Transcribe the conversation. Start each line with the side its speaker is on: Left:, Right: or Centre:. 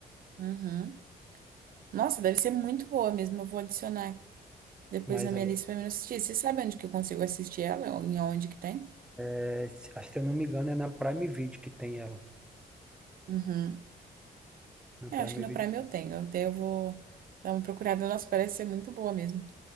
Right: Uhum. Nossa, deve ser muito boa mesmo. Eu vou adicionar depois
Centre: Mas,
Right: na minha
Centre: é,
Right: lista pra me assistir. Você sabe onde que eu consigo assistir ela? Em onde que tem?
Centre: é, se- acho que se eu não me engano, é na Prime Video que tem ela.
Right: Uhum.
Centre: Na
Right: Eu
Centre: Prime
Right: acho que no
Centre: Video.
Right: Prime eu tenho. Até eu vou dar uma procurada. Nossa, parece ser muito boa mesmo.